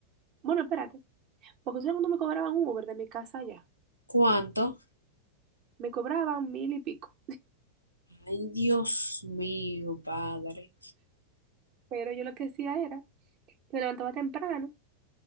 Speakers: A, on the right (about 40°); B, on the left (about 90°).
A: Bueno, espérate, porque ustedes cuando me cobraban un Uber de mi casa allá,
B: ¿Cuánto?
A: me cobraban mil y pico.
B: Ay, Dios mío, padre.
A: Pero yo lo que hacía era, me levantaba temprano,